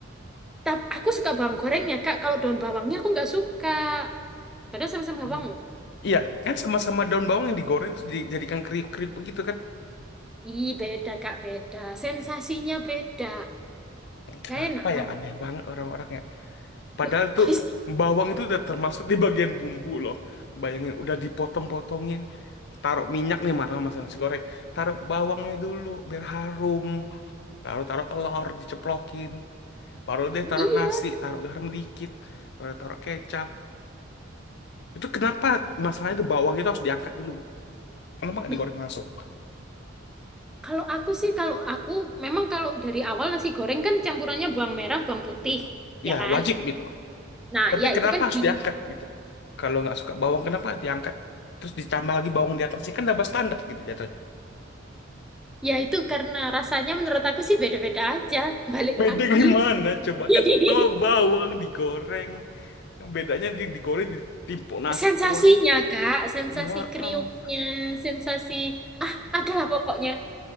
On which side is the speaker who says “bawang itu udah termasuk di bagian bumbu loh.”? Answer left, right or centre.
Left